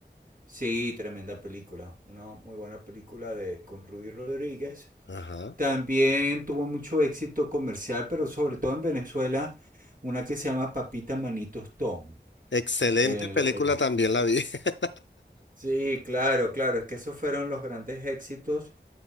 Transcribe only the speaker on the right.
Sí, tremenda película. Una muy buena película de, con Rudy Rodríguez.
También tuvo mucho éxito comercial, pero sobre todo en Venezuela, una que se llama Papita Manitos Tom.
En
lo- en lo-
Sí, claro, claro, es que esos fueron los grandes éxitos